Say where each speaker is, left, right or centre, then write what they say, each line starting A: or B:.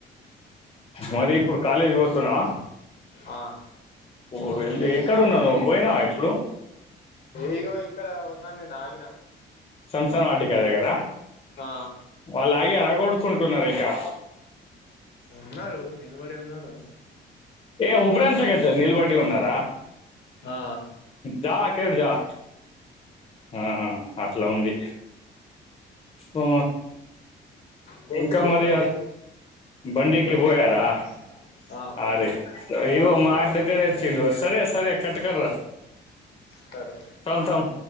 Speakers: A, on the left; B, on the left.
A: మదీ ఇప్పుడు కాలేజ్ పోతున్నావా
B: ఆ
A: ఓరీ ఎండి ఎక్కడున్నావ్ నువ్వు పోయినవా ఇప్పుడు
B: ఈగో ఇక్కడ ఉన్న నీనా ఆగిన
A: సంసన వాటిక దగ్గర
B: ఆ
A: వాళ్ళు ఆగి అలా కొట్కుంటున్నారు ఇంకా
B: ఉన్నారు నిలబడి ఉన్నారు
A: ఏ ఉబ్రా <unintelligible> నిలబడి ఉన్నారా
B: ఆ
A: దాకేడు జా ఆ అట్లా ఉంది ఓ
B: పోతురు
A: ఇంకా మరియ
B: బండేకి
A: బండెక్కి
B: బండేకి
A: పోయారా
B: ఆ పోతురు
A: అరే ఇగ మా దగ్గర తెచ్చిండు సరే సరే కట్కర
B: సరే
A: తమ్ తమ్